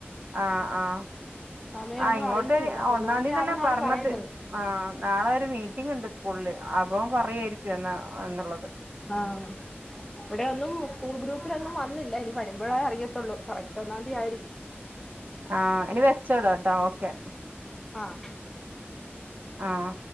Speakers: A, on the right (about 50°); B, in the centre.
A: ആഹ് ആഹ്
B: സമയമൊന്നും
A: ആഹ് ഇങ്ങോട്ട്
B: അറിയിച്ചില്ല
A: ആ
B: ഒന്നാം
A: ഒന്നാന്തീ
B: തീയതി
A: തന്നെ
B: ആണെന്നാണ്
A: പറഞ്ഞത്,
B: പറയുന്നത്
A: ആഹ് നാളെ ഒരു മീ റ്റിങ്ങ്ണ്ട് സ്കൂളില്, അപ്പം പറയായിരിക്കും എന്നാന്നുള്ളത്
B: ആഹ്, വടെ ഒന്നും സ്കൂൾ ഗ്രൂ പ്പ്ലൊന്നും വന്നില്ല, ഇനി വരുമ്പപൊഴേ അറിയത്തള്ളൂ, കറക്റ്റ് ഒന്നാംതിയായിരിക്കും
A: ആഹ് ഇനി വെച്ചെടെട്ടൊ ഓക്കെ
B: ആഹ്
A: ആഹ്